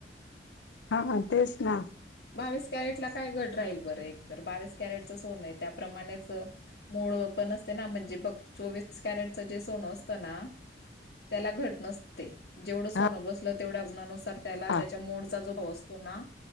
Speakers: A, on the left; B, on the left.
A: हा हा, तेच ना.
B: बावीस कॅरेटला काय घट राहील, बरं एक तर, बावीस कॅरेटचं सोन य त्याप्रमाणेच मूळ व पण असते ना, म्हणजे बघ, चोवीस कॅरेटचं, जे सोनं असतं ना त्याला घट नसते, जेवढं सोनं
A: हा
B: बसलं, तेवढ्या वजनानुसार त्याला
A: हा
B: त्याच्या मोडचा, जो भाव असतो ना,